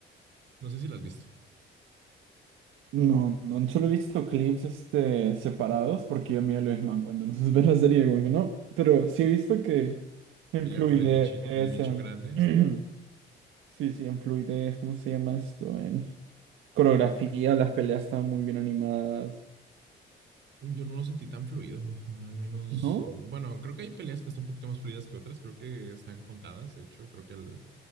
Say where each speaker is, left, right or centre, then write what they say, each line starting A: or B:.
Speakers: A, on the right; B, on the right.
A: No sé si la has visto.
B: No, no, solo he visto clips este, separados porque yo miro lo es manga, entonces <laughs> ves la serie como que no, pero sí he visto que en
A: Pelea
B: fluidez,
A: con el, bichito, el bicho
B: en...
A: grande este.
B: <clears throat> Sí, sí, en fluidez, ¿cómo se llama esto? En coreografía, las peleas están muy bien animadas,
A: Yo no lo sentí tan fluido. Al menos,
B: ¿no?
A: bueno, creo que hay peleas que están un poquito más fluidas que otras. Creo que están contadas. De hecho, creo que el-